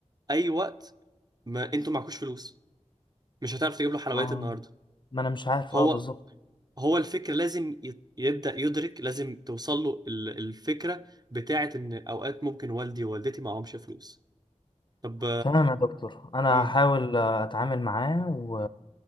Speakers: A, on the right; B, on the left.
A: اي وقت ما انتوا معكوش فلوس مش هتعرف تجيب له حلويات
B: آه.
A: النهارده
B: ما انا مش عارف
A: هو
B: اه بالظبط
A: هو الفكر لازم ي- يبدأ يدرك لازم توصل له ال- الفكرة بتاعة ان اوقات ممكن والدي ووالدتي معهمش فلوس طب
B: تمام يا دكتور انا
A: امم
B: هحاول آه، اتعامل معاه و...